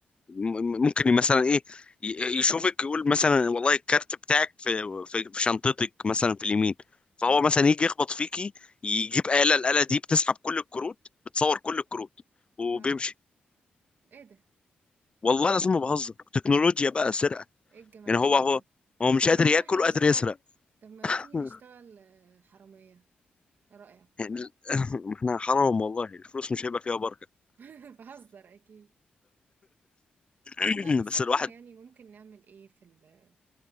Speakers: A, on the left (about 30°); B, on the right (about 70°).
A: م- م- ممكن مثلا ايه ي- يشوفك يقول مثلا والله الكارت بتاعك في في في شنطتك مثلا في اليمين فهو
B: <laughs> مم.
A: مثلا يجي يخبط فيكي يجيب آلة الآلة دي بتسحب كل الكروت بتصور كل الكروت وبيمشي
B: اه ايه ده
A: والله لازم ما بهزر تكنولوجيا بقى سرقة
B: ايه الجمدان
A: يعني هو هو
B: ده
A: هو مش
B: طب
A: قادر
B: ما
A: ياكل
B: نروح نشتغل
A: وقادر يسرق
B: طب ما
A: <laughs>
B: تيجي نشتغل آه، حرامية ايه رأيك
A: يعني ال- <laughs> احنا حرام والله الفلوس مش هيبقى فيها بركة
B: <laughs> بهزر اكيد
A: <laughs>
B: لا بس
A: بس
B: احنا
A: الواحد
B: يعني ممكن نعمل ايه في ال-